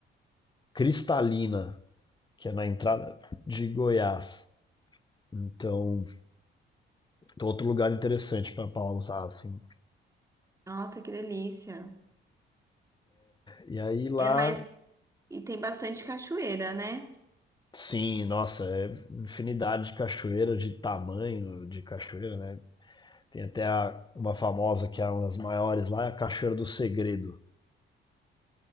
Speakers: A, on the left; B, on the right.
A: Cristalina, que é na entrada de Goiás. Então, outro lugar interessante pra pausar, assim.
B: Nossa, que delícia.
A: E aí lá,
B: É, mas e tem bastante cachoeira, né?
A: sim, nossa, é infinidade de cachoeira, de tamanho de cachoeira, né? Tem até a- uma famosa que é uma das maiores lá, é a Cachoeira do Segredo.